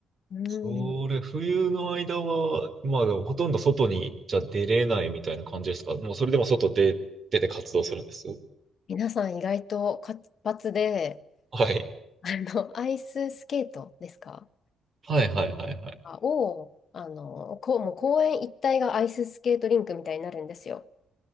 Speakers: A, on the left; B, on the right.
A: うん。
B: それ、冬の間は、まあでもほとんど外にじゃ出れないみたいな感じですかもうそれでも外で出て活動するんです
A: 皆さん意外と活発で、
B: はい。
A: あの、アイススケートですか
B: はいはいはいはい。
A: を、あの、こう、もう公園一帯がアイススケートリンクみたいになるんですよ。